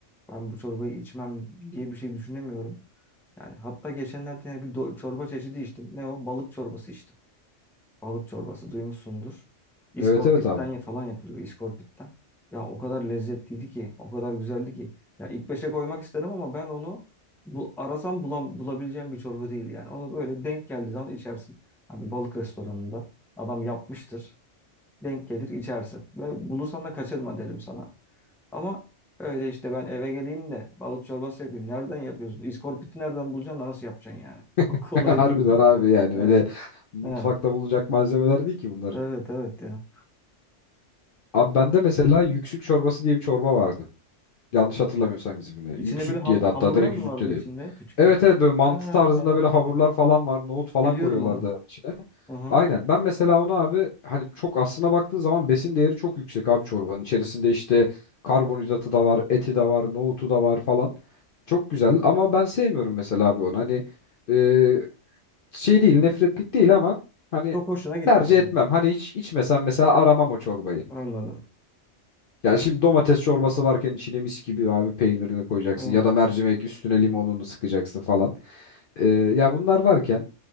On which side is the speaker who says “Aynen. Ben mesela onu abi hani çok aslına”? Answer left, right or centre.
Left